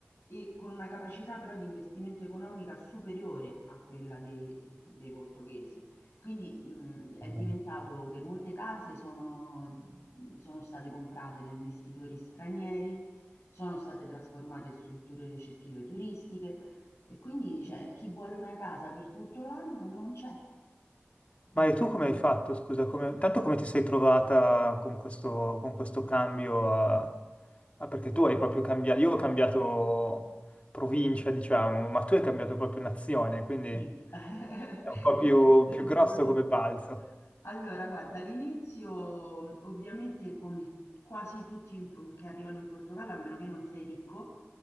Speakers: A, on the left; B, on the left.
A: e con una capacità però di investimento economica superiore a quella de dei portoghesi. Quindi, mhmm, è
B: Mm.
A: diventato che molte case sono mhmm, sono state comprate da investitori stranieri, sono state trasformate in strutture ricettive turistiche e quindi, cioè, chi vuole una casa per tutto l'anno non c'è.
B: Ma
A: Mh,
B: e tu come hai fatto, scusa, come... tanto come ti sei trovata con questo, con questo cambio? a- Ah, perché tu hai proprio cambiato, io ho cambiato provincia, diciamo, ma tu hai cambiato proprio nazione, quindi
A: sì, <laughs>
B: è un po'
A: io
B: più,
A: ho capito
B: più grosso
A: proprio tu
B: come balzo.
A: Allora, guarda, all'inizio ovviamente come quasi tutti in- che arrivano in Portogallo, a meno che non sei ricco,